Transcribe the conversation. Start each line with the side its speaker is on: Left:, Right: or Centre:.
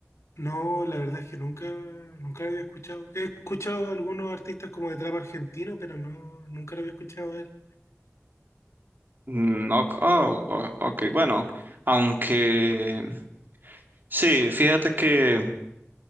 Left: No, la verdad es que nunca, nunca lo había escuchado. He escuchado a algunos artistas como de trap argentino, pero no, nunca lo había escuchado a él.
Right: No, oh, oh, ok, bueno, aunque sí, fíjate que